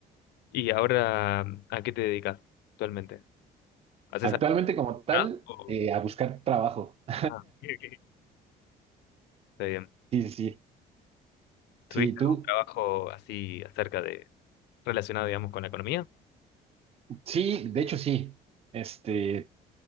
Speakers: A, on the left; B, on the right.
A: ¿Y ahora a qué te dedicas actualmente? ¿Haces
B: Actualmente
A: algo?
B: como tal,
A: ¿Nada? o-
B: eh, a buscar trabajo. <laughs>
A: Ah, ok, ok. Está bien.
B: Sí, sí, sí.
A: ¿Tuviste
B: Sí, tú,
A: algún trabajo así acerca de, relacionado, digamos, con la economía?
B: sí, de hecho sí. Este,